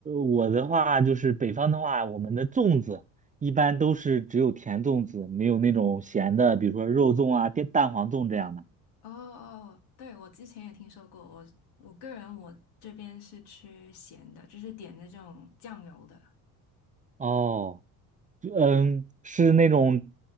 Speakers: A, on the right; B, on the left.
A: 我的话就是北方的话，我们的粽子一般都是只有甜粽子，没有那种咸的，比如说肉粽啊、蛋蛋黄粽这样的。
B: 哦哦，对，我之前也听说过，我我个人我这边是吃咸的，就是点那种酱油的，
A: 哦，嗯，是那种